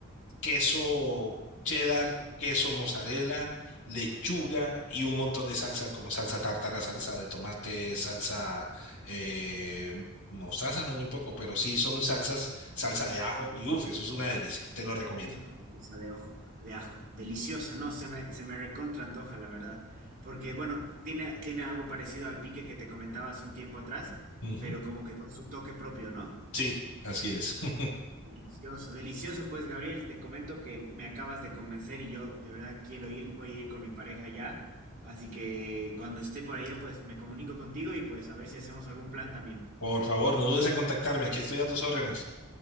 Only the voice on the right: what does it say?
Uf, la salsa de ojo, de ajo, deliciosa, no, se me, se me recontra antoja, la verdad. Porque, bueno, tiene, tiene algo parecido al pique que te comentaba hace un tiempo atrás,
pero como que con su toque propio, ¿no?
Delicioso, delicioso, pues, Gabriel, te comento que me acabas de convencer y yo de verdad quiero ir, voy a ir con mi pareja ya. Así que cuando esté por allá, pues me comunico contigo y pues a ver si hacemos algún plan también.